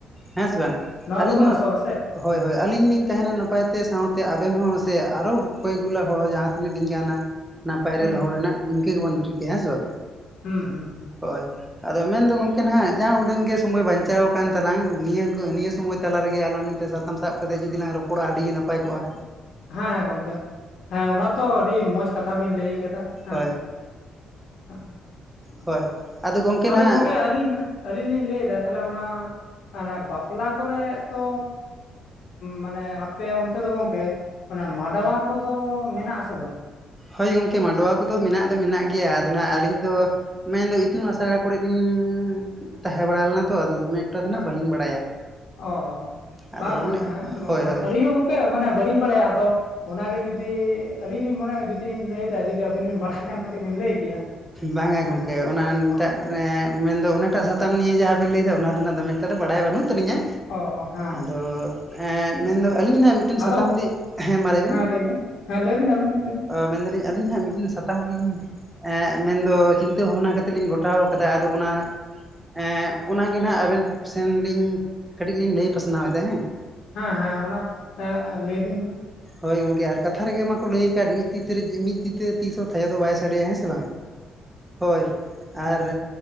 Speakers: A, in the centre; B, on the left.
A: ᱦᱮᱸ ᱥᱮ ᱵᱟᱝ
B: ᱱᱚᱣᱟ
A: ᱟᱹᱞᱤᱧ
B: ᱜᱮᱵᱚᱱ
A: ᱦᱚᱸ
B: ᱟᱥᱚᱜᱼᱟ ᱥᱮ
A: ᱦᱳᱭ
B: ᱦᱮᱸ
A: ᱦᱳᱭ ᱟᱹᱞᱤᱧ ᱞᱤᱧ ᱛᱟᱦᱮᱱᱟ ᱱᱟᱯᱟᱭᱛᱮ ᱥᱟᱶᱛᱮ ᱟᱵᱮᱱ ᱦᱚᱸ ᱥᱮ ᱟᱨᱚ ᱠᱚᱭᱠ ᱜᱩᱞᱟ ᱦᱚᱲ ᱦᱚᱸ ᱡᱟᱦᱟᱸ ᱛᱤᱱᱟᱹᱜ ᱞᱤᱧ ᱜᱟᱱᱟ᱾ ᱱᱟᱯᱟᱭ
B: ᱦᱩᱸ
A: ᱨᱮ ᱫᱚᱦᱚ ᱨᱮᱱᱟᱜ ᱤᱱᱠᱟᱹ ᱜᱮᱵᱚᱱ ᱨᱤᱠᱟᱹᱭᱟ ᱦᱮᱸ ᱥᱮ ᱵᱟᱝ
B: ᱦᱩᱸ ᱦᱩᱸ ᱦᱩᱸ
A: ᱦᱳᱭ ᱟᱫᱚ ᱢᱮᱱᱫᱚ ᱜᱚᱝᱠᱮ ᱦᱟᱜ ᱡᱟᱦᱟᱸ ᱩᱰᱟᱹᱝ ᱜᱮ ᱥᱚᱢᱳᱚᱭ ᱵᱟᱧᱪᱟᱣ ᱟᱠᱟᱱ ᱛᱟᱞᱟᱝᱼᱟ ᱱᱤᱭᱟᱹ ᱱᱤᱭᱟᱹ ᱥᱚᱢᱚᱭ ᱛᱟᱨ ᱨᱮᱜᱮ ᱟᱞᱟᱝ ᱢᱤᱫᱴᱮᱱ ᱥᱟᱛᱟᱢ ᱥᱟᱵ ᱠᱟᱛᱮᱫ ᱡᱩᱫᱤᱞᱟᱝ ᱨᱚᱯᱚᱲᱟᱼᱟ᱾ ᱯᱚᱲᱟᱜ ᱟᱹᱰᱤᱜᱮ ᱱᱟᱯᱟᱭ ᱠᱚᱜᱼᱟ᱾
B: ᱦᱮᱸ ᱜᱚᱝᱠᱮ ᱦᱮᱸ ᱚᱱᱟ ᱛᱚ ᱟᱹᱰᱤ ᱢᱚᱸᱡᱽ ᱠᱟᱛᱷᱟ ᱵᱮᱤᱱ ᱞᱟᱹᱭ ᱠᱟᱫᱟ ᱦᱮᱸ
A: ᱦᱳᱭ
B: ᱚ
A: ᱦᱳᱭ ᱟᱫᱚ ᱜᱚᱝᱠᱮ
B: ᱛᱟᱦᱚᱞᱮ
A: ᱱᱟᱦᱟᱜ
B: ᱜᱚᱢᱠᱮ ᱟᱹᱞᱤᱧ ᱟᱹᱞᱤᱧ ᱞᱤᱧ ᱞᱟᱹᱭ ᱫᱟ ᱛᱟᱦᱚᱞᱮ ᱚᱱᱟ ᱦᱚ ᱵᱟᱯᱞᱟ ᱠᱚᱨᱮ ᱛᱚ ᱢᱟᱱᱮ ᱟᱯᱮ ᱚᱱᱛᱮ ᱫᱚ ᱜᱚᱝᱠᱮ ᱚᱱᱟ ᱢᱟᱰᱣᱟ ᱠᱚᱫᱚ ᱢᱮᱱᱟᱜ ᱟᱥᱮ ᱵᱟᱹᱱᱩᱜᱼᱟ?
A: ᱦᱳᱭ ᱜᱚᱢᱠᱮ ᱢᱟᱰᱣᱟ ᱠᱚᱫᱚ ᱢᱮᱱᱟᱜ ᱫᱚ ᱢᱮᱱᱟᱜ ᱜᱮᱭᱟ ᱟᱫᱚ ᱱᱟᱜ ᱟᱹᱞᱤᱧ ᱫᱚ ᱢᱮᱱᱫᱚ ᱤᱛᱩᱱ ᱟᱥᱲᱟ ᱠᱚᱨᱮᱫ ᱞᱤᱧ ᱛᱟᱦᱮᱸ ᱵᱟᱲᱟ ᱞᱮᱱᱟ ᱛᱚ ᱟᱫᱚ ᱫᱚᱢᱮ ᱮᱠᱴᱟ ᱫᱚ
B: ᱦᱮᱸ
A: ᱱᱟᱜ ᱵᱟᱹᱞᱤᱧ ᱵᱟᱲᱟᱭᱟ
B: ᱚ
A: ᱟᱫᱚ
B: ᱵᱟᱝᱼᱟ
A: ᱚᱱᱮ
B: ᱦᱮᱸ
A: ᱦᱳᱭ
B: ᱚᱱᱟ
A: ᱦᱳᱭ
B: ᱟᱞᱤᱧ ᱜᱟᱝ ᱼᱼ ᱠᱮ ᱢᱟᱱᱮ ᱵᱟᱹᱞᱤᱧ ᱵᱟᱲᱟᱭᱟ ᱛᱚ ᱚᱱᱟᱜᱮ ᱡᱩᱫᱤ ᱟᱹᱞᱤᱧ ᱞᱤᱧ ᱢᱚᱱᱮᱭ ᱫᱟ ᱡᱩᱫᱤᱧ ᱞᱟᱹᱭᱟ ᱡᱩᱫᱤ ᱟᱹᱵᱤᱱ ᱵᱤᱱ ᱵᱟᱲᱟᱭ ᱠᱷᱟᱱ ᱠᱟᱹᱴᱤᱡ ᱵᱤᱱ ᱞᱟᱹᱭ ᱠᱮᱭᱟ
A: ᱵᱟᱝᱼᱟ
B: ᱦᱮᱸ
A: ᱜᱚᱝᱠᱮ ᱚᱱᱟ ᱩᱱᱴᱟ
B: ᱚ
A: ᱱᱮ ᱢᱮᱱᱫᱚ ᱚᱱᱟᱴᱟᱜ ᱥᱟᱛᱟᱢ ᱱᱤᱭᱮ ᱡᱟᱦᱟᱸ ᱵᱮᱱ ᱞᱟᱹᱭ ᱫᱟ ᱱᱟᱜ ᱫᱚᱢᱮᱠᱴᱟ ᱫᱚ ᱵᱟᱲᱟᱭ ᱵᱟᱹᱱᱩᱜ ᱛᱟᱹᱞᱤᱧᱟ᱾
B: ᱚ ᱦᱮᱸ ᱦᱮᱸ
A: ᱟᱫᱚ ᱮᱸᱜ ᱢᱮᱱᱫᱚ ᱟᱹᱞᱤᱧ ᱱᱟᱜ ᱢᱤᱫᱴᱮᱱ
B: ᱟᱫᱚ
A: ᱥᱟᱛᱟᱢ ᱞᱤᱧ ᱦᱮᱸ ᱢᱟ ᱞᱮᱭ ᱵᱮᱱ
B: ᱞᱟᱹᱭ ᱵᱤᱱ ᱦᱮᱸ ᱞᱟᱹᱭ ᱵᱤᱱ ᱟᱹᱵᱤᱱ ᱞᱟᱹᱭ ᱵᱤᱱ
A: ᱢᱮᱱ ᱮᱫᱟᱞᱤᱧ ᱟᱹᱞᱤᱧ ᱱᱟᱦᱟᱜ ᱢᱤᱫ ᱫᱤᱱ ᱥᱟᱛᱟᱢ ᱞᱤᱧ ᱢᱮᱱᱫᱚ ᱪᱤᱱᱛᱟᱹ ᱵᱷᱟᱵᱱᱟ ᱠᱟᱛᱮᱛᱮ ᱞᱤᱧ ᱜᱚᱴᱟᱣ ᱟᱫᱟ ᱟᱫᱚ ᱚᱱᱟ ᱮᱸᱜ ᱚᱱᱟᱜᱮ ᱱᱟᱦᱟᱜ ᱟᱵᱮᱱ ᱥᱮᱱᱞᱤᱧ ᱠᱟᱹᱴᱤᱡ ᱞᱤᱧ ᱞᱟᱹᱭ ᱯᱟᱥᱱᱟᱣ ᱮᱫᱟ ᱦᱮᱸ᱾
B: ᱦᱮᱸ ᱦᱮᱸ ᱚᱱᱟ ᱞᱟᱹᱭ ᱵᱤᱱ ᱢᱟ
A: ᱦᱳᱭ ᱜᱚᱝᱠᱮ ᱟᱨ ᱠᱟᱛᱷᱟ ᱨᱮᱜᱮ ᱢᱟᱠᱚ ᱞᱟᱹᱭ ᱟᱠᱟᱫ ᱢᱤᱫ ᱛᱤ ᱢᱤᱫ ᱛᱤ ᱛᱮ ᱛᱤᱥ ᱦᱚᱸ ᱷᱟᱭᱚ ᱫᱚ ᱵᱟᱭ ᱥᱟᱰᱮᱭᱟ ᱦᱮᱸ ᱥᱮ᱾ ᱥᱮ ᱵᱟᱝ ᱦᱳᱭ
B: ᱦᱮᱸ
A: ᱟᱨ